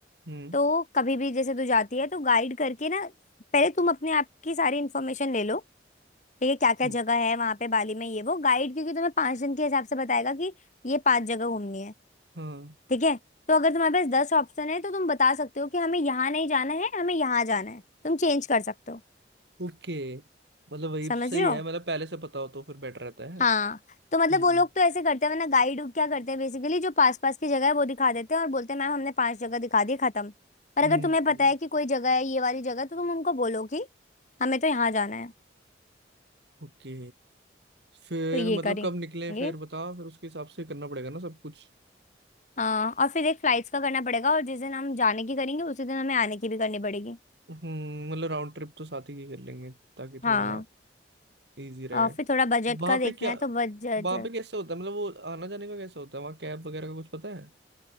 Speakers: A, on the right (about 65°); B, on the left (about 40°).
A: हम्म
B: तो कभी भी जैसे तू जाती है तो गाइड करके ना पहले तुम अपने आप की सारी इन्फॉर्मेशन ले लो ठीक है क्या क्या
A: हम्म,
B: जगह है वहां पे बाली में ये वो गाइड क्योंकि तुम्हें पांच दिन के हिसाब से बताएगा कि ये पांच जगह घूमनी है
A: हाँ
B: ठीक है तो अगर तुम्हारे पास दस ऑप्शन है तो तुम बता सकते हो कि हमें यहाँ नहीं जाना है हमें यहाँ जाना है तुम चेंज कर सकते हो
A: ओके मतलब वही
B: समझ
A: सही
B: रहे हो
A: है मतलब पहले से पता हो तो फिर बेटर रहता है
B: हाँ
A: हम्म
B: तो मतलब वो लोग तो ऐसे करते हैं वरना गाइड क्या करते हैं बेसिकली जो पास पास की जगह है वो दिखा देते हैं और बोलते हैं मैम हमने पांच जगह दिखा दी खत्म और
A: हम्म
B: अगर तुम्हें पता है कि कोई जगह है ये वाली जगह तो तुम उनको बोलो कि हमें तो यहाँ जाना है
A: ओके फिर
B: तो ये
A: मतलब
B: करेंगे
A: कब निकले फिर बता फिर उसके हिसाब से करना पड़ेगा ना सब कुछ
B: हाँ और फिर एक फ्लाइट्स का करना पड़ेगा और जिस दिन हम जाने की करेंगे उसी दिन हमें आने की भी करनी पड़ेगी
A: हम्म मतलब राउंड ट्रिप तो साथ ही की कर लेंगे ताकि
B: हाँ
A: थोड़ा इजी रहे
B: और फिर थोड़ा बजट
A: वहां
B: का देखना
A: पे क्या
B: है तो बजट
A: वहां पे कैसे होता है मतलब वो आना जाने का कैसे होता है वहाँ कैब वगैरह का कुछ पता है